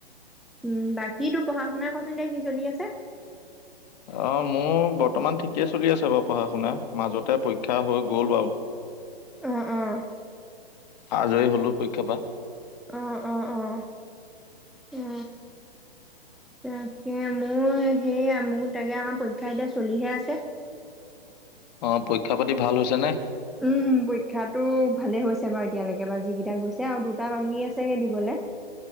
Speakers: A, in the centre; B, on the left.
A: উম। বাকী তোৰ পঢ়া শুনা কচোন দে কি চলি আছে?
B: অ মোৰ বৰ্তমান ঠিকেই চলি আছে বাৰু পঢ়া শুনা মাজতে পৰীক্ষা হৈ গ'ল বাৰু।
A: অ', অ',
B: আজৰি হলোঁ। পৰীক্ষা পা
A: অ' অ' অ'। অ' তাকে মোৰ সেইয়া মোৰ তাকে আমাৰ পৰীক্ষা এতিয়া চলিহে আছে।
B: অ' পৰীক্ষা পাতি ভাল হৈছে নে?
A: উম। পৰীক্ষাতো ভালে হৈছে বাৰু এতিয়ালৈকে বা যিকিটা গৈছে আৰু দুটা বাকী আছেগে দিবলে।